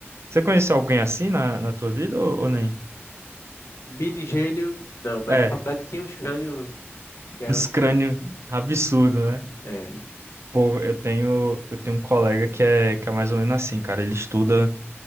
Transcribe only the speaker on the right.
Você conheceu alguém assim na, na tua vida ou, ou nem?
É,
uns crânio absurdo, né?
Pô, eu tenho, eu tenho um colega que é, que é mais ou menos assim, cara. Ele estuda